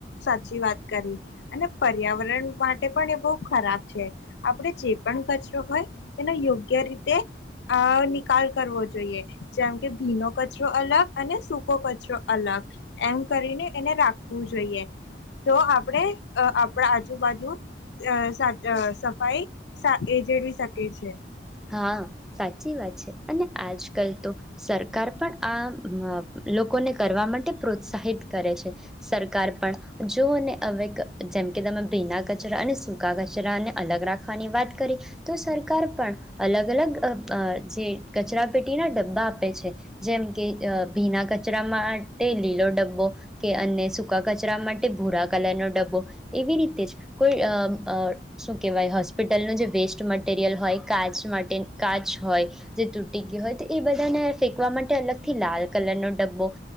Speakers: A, on the left; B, in the centre.
A: સાચી વાત કરી. અને પર્યાવરણ માટે પણ એ બહુ ખરાબ છે. આપડે જે પણ કચરો હોય એનો યોગ્ય રીતે અહ નિકાલ કરવો જોઈએ. જેમ કે ભીનો કચરો અલગ અને સૂકો કચરો અલગ. એમ કરીને એને રાખવું જોઈએ તો આપણે અહ આપણા આજુબાજુ અહ સ અહ સફાઈ એ જેળવી શકી છે.
B: હા સાચી વાત છે અને આજકાલ તો સરકાર પણ આહ હા લોકોને કરવા માટે પ્રોત્સાહિત કરે છે. સરકાર પણ જોને હવે જેમકે તમે ભીના કચરા અને સૂકા કચરાને અલગ રાખવાની વાત કરી તો સરકાર પણ અલગ અલગ અબ જે કચરા પેટીના ડબ્બા આપે છે જેમ કે અહ ભીના કચરા માટે લીલો ડબ્બો કે અને સૂકા કચરા માટે ભૂરા કલરનો ડબ્બો એવી રીતે જ કોઈ અમ્મ અહ શું કહેવાય હોસ્પિટલનો જે વેસ્ટ મટીરિયલ હોય કાચ માટે કાચ હોય જે તૂટી ગય હોય તો એ બધાને ફેંકવા માટે અલગ થી લાલ કલરનો ડબ્બો